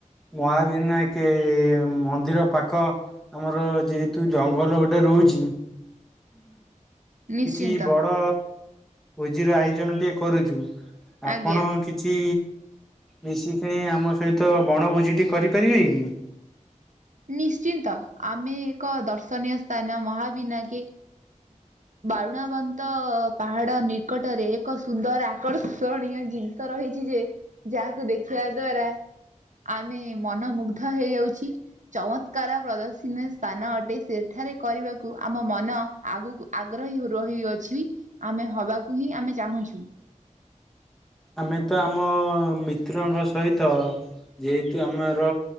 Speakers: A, in the centre; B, on the right.
A: ମହାବିନାୟକେ ମନ୍ଦିର ପାଖ ଆମର ଯେହେତୁ ଜଙ୍ଗଲ ଗୋଟେ ଗୋଟେ ରହୁଛି
B: ନିଶ୍ଚିନ୍ତ।
A: କିଛି ବଡ ଭୁଜିର ଆୟୋଜନ ଟିକେ କରୁଛୁ ଆପଣ
B: ଆଜ୍ଞା
A: କି କିଛି ମିଶିକିଣି ଆମ ସହିତ ବଣଭୋଜିଟି କରିପାରିବେ କି?
B: ନିଶ୍ଚିନ୍ତ ଆମେ ଏକ ଦର୍ଶନୀୟ ସ୍ଥାନ ମହାବିନା କେ ବାରୁଣବନ୍ତ ପାହାଡ ନିକଟରେ ଏକ ସୁନ୍ଦର ଆକର୍ଷଣୀୟ ଜିନିଷ ରହିଛି ଯେ ଯାହାକୁ ଦେଖିବା ଦ୍ଵାରା। ଆମେ ମନମୁଗ୍ଧ ହେଇଯାଉଛି। ଚମତ୍କାର ପ୍ରଦର୍ଶନୀ ସ୍ଥାନ ଅଟେ ସେଠାରେ କରିବାକୁ ଆମ ମନ ଆଗକୁ ଆଗ୍ରହୀ ରହିଅଛି ଆମେ ହବାକୁ ହିଁ ଆମେ ଚାହୁଁଛୁ।
A: ଆମେ ତ ଆମ ମିତ୍ରଙ୍କ ସହିତ ଯେହେତୁ ଆମର